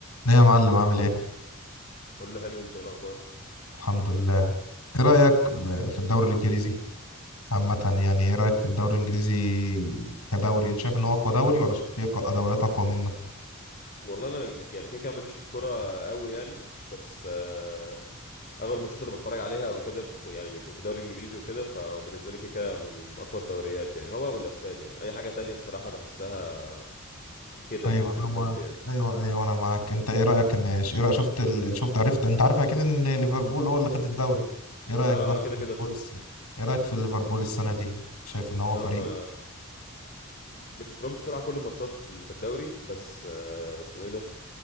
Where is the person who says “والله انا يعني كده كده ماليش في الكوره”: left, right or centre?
Left